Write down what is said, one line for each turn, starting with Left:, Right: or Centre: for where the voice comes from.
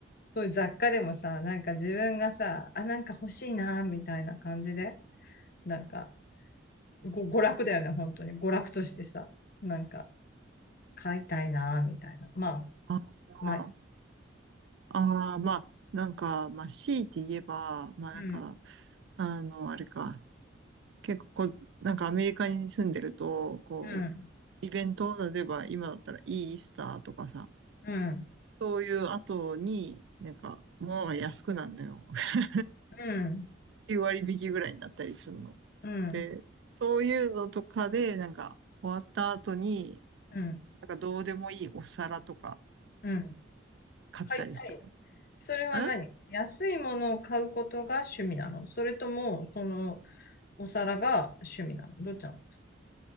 Left: そういう雑貨でもさ、なんか自分がさ、あ、なんか欲しいな、みたいな感じで、なんか、ご娯楽だよね、本当に。娯楽としてさ、なんか、買いたいな、みたいな。まあ、
Right: あ
Left: ない。
Right: あ、ああ、まあ、なんか、まあ、強いて言えば、まあ、
Left: うん、
Right: なんか、あの、あれか。結構こう、なんかアメリカに住んでると、こ
Left: うん、
Right: う、イベント、例えば今だったらイースターとかさ、
Left: うん、
Right: そういう後に、なんか、物が安くなるのよ。<laughs>
Left: うん、
Right: 9割引きぐらいになったりするの。
Left: うん、
Right: で、そういうのとかで、なんか、終わった後に、
Left: うん、
Right: なんかどうでもいいお皿とか
Left: うん。
Right: 買ったりしたか
Left: 買いたいの。それは何安いものを買うことが趣味なのそれとも、
Right: な。
Left: その、お皿が趣味なのどっちなの